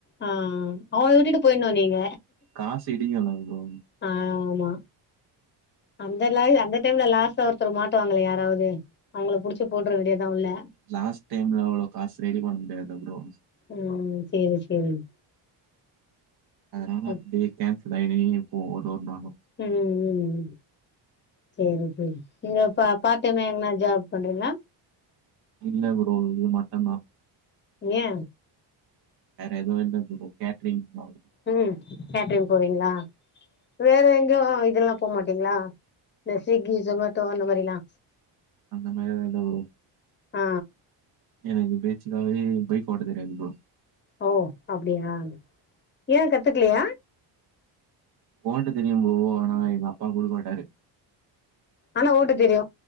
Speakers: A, on the left; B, on the right.
A: ஆ அவன விட்டுட்டு போயின்னு நீங்க
B: காசு இடிக்குல்ல ப்ரோ
A: ஆமா அந்த லைவ் அந்த டைம்ல லாஸ்டா ஒருத்தரு மாட்டுவாங்ளே யாராவது அவுங்கள புடிச்சு போட்ற வேண்டியதா உள்ள
B: லாஸ்ட் டைம்ல அவ்ளோ காசு ரெடி பண்ண முடியாதாம் ப்ரோ
A: ம் சேரி சேரிங்
B: அதனால
A: ம்
B: அப்டியே கேன்சல் ஆயிடு நீயே போ டோர் நானு
A: ம் ம் ம் சேரி சேரி நீங்க பா பார்ட் டைமா எங்கனா ஜாப் பண்றீங்ளா
B: இல்ல ப்ரோ இது மட்டுந்தா
A: ஏ
B: வேற எதுவு இல்ல ப்ரோ கேட்ரிங் மால்
A: ம் போவீங்ளா வேற எங் கியு இதெல்லா போமாட்டீங்ளா இந்த ஸ்விக்கி ஜொமேட்டோ அந்த மேரிலா
B: அந்த மேரிதா எதா வுழுவு
A: ஆ
B: எனக்கு பேசிக்காவே பைக் ஓட்ட தெரியாது ப்ரோ
A: ஓ அப்டியா ஏ கத்துக்லியா
B: ஓட்டத் தெரியும் ப்ரோ ஆனா எங்கப்பா குடுக்க மாட்டாரு
A: ஆனா ஓட்டத் தெரியு